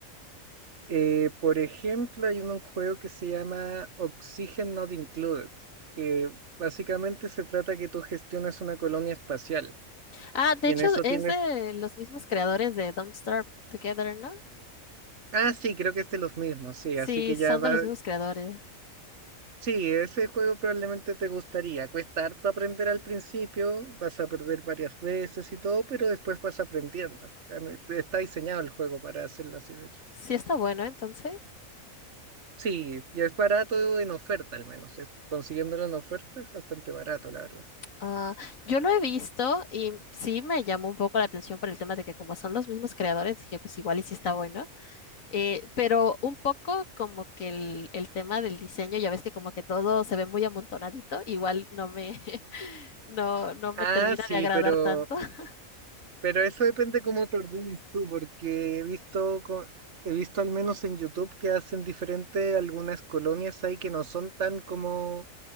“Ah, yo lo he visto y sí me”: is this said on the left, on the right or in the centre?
Left